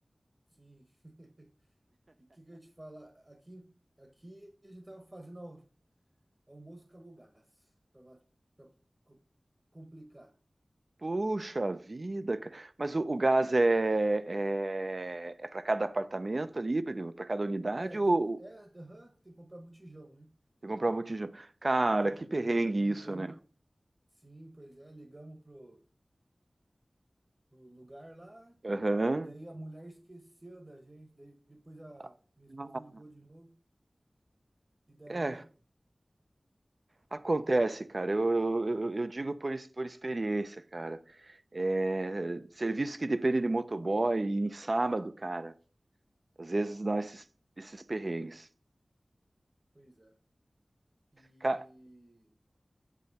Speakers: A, on the right (about 20°); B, on the right (about 40°).
A: Sim. <laughs> E o que que eu ia te falar? Aqui, aqui a gente tava fazendo al- almoço acabou o gás. Pra, va- pra co- complicar.
B: Puxa vida, cara. Mas o, o gás é, é, é para cada apartamento ali, para cada unidade
A: É, tem,
B: ou
A: é, aham, tem que comprar botijão, né?
B: você comprava botijão? Cara,
A: Botijão
B: que perrengue
A: dele. Ligamos.
B: isso, né?
A: Sim, pois é, ligamos pro pro lugar lá.
B: Aham.
A: Daí a mulher esqueceu da gente. Daí depois a
B: Ah,
A: minha esposa ligou de novo. E daí.
B: É, Acontece, cara. Eu, eu, eu eu digo por, ex- por experiência, cara. É, serviços que dependem de motoboy e em sábado, cara, às vezes dá esses, esses perrengues.
A: Pois é. E
B: Ca-